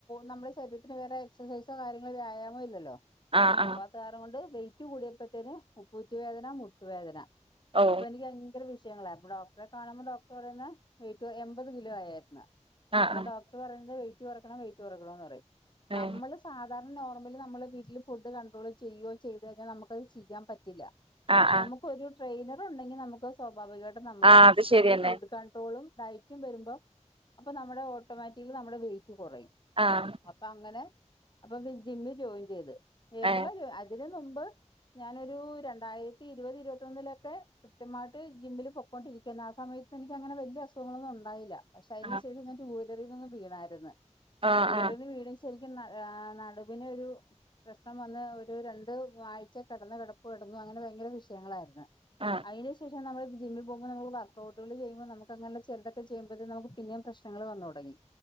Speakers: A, on the left; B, on the right.
A: നമ്മുടെ ശരീരത്തിന് വേറെ എക്സസൈസൊ വ്യായാമൊ. ഇല്ലല്ലോ
B: ആഹ്
A: അപ്പൊ
B: ആഹ്
A: അത് കാര്ണം കൊണ്ട് വെയിറ്റ് കൂടിയപ്പോത്തേ ന്നെ ഉപ്പൂറ്റുവേദന മുട്ടുവേദന.
B: ഓ
A: അപ്പൊ എനിക്ക് ഭയങ്കര വിഷയങ്ങളായി അപ്പൊ ഡോക്ടറെ കാണുമ്പോ ഡോക്ടർ പറയുന്ന് വെയ്റ്റ് എൺമ്പത് കിലോ ആയേര്ണ്.
B: ആഹ്
A: അപ്പൊ
B: ആഹ്
A: ഡോക്ടർ പറയ്ന്നത് വെയിറ്റ് കൊറക്കണം വെയിറ്റ് കുറക്കണന്ന് പറയും നമ്മള്
B: ഏഹ്
A: സാധാരണ നോർമലി നമ്മള് വീട്ടിൽ ഫുഡ് കണ്ട്രോൾ ചെയ്യോ ചെയ്തു കഴിഞ്ഞാ നമുക്ക്ത് ചെയ്യാൻ പറ്റില്ല.
B: ആഹ്
A: നമുക്കൊരു
B: ആഹ്
A: ട്രെയിനർ ഉണ്ടെങ്കി നമുക്ക് സ്വാഭാവികായിട്ട് നമ്മുടെ
B: ആഹ് അത് ശരിയന്നെ
A: നമ് ഫുഡ് കൺട്രോളും ഡയ്റ്റും വെരുമ്പോ അപ്പൊ നമ്മുടെ ഓട്ടോമാറ്റിലി നമ്മുടെ വെയിറ്റ് കൊറയും.
B: ആഹ്
A: അപ്പൊ അങ്ങനെ അപ്പൊ ജിമ്മിൽ ജോയിൻ ചെയ്ത്. ഏപ്പ്രില
B: ഏഹ്
A: അതിന് മുമ്പ് ഞാനൊരു രണ്ടായിരത്തി ഇരുപത് ഇരുപത്തൊന്നിലൊക്കെ കൃത്യമായിട്ട് ജിമ്മില് പൊക്കൊണ്ടിരിക്കാന്നു ആ സമയ എനിക്കങ്ങനെ വല്യെ അസുഖങ്ങളൊന്നും ഒണ്ടായില്ല. പക്ഷെ അതിനുശേഷം
B: ആഹ്
A: ഞാൻ ടൂവലറി നൊന്ന് വീണായിര്ന്ന്.
B: ആഹ്
A: ടൂലറീന്ന്
B: ആഹ്
A: വീണ് <unintelligible> ശരിക്കും നെ ഏ നടുവിന് ഒരു പ്രശ്നം വന്ന് ഒരു രണ്ട് ആഴ്ച കെടന്ന കെടപ്പ് കെടന്ന് അങ്ങനെ ഭയങ്കര വിഷയങ്ങളായിര്ന്ന്.
B: ആഹ്
A: അയ്ന് ശേഷം നമ്മ ജമ്മി പോവുമ്പോ നമ്ല് വർകൗട്ടാള് ചെയ്യുമ്പോ നമുക്ക് അങ്ങെനെ ചെൽതൊക്കെ ചെയ് ക്ക് നമുക്ക് പിന്നേം പ്രശ്നങ്ങള് വന്നതൊടങ്ങി.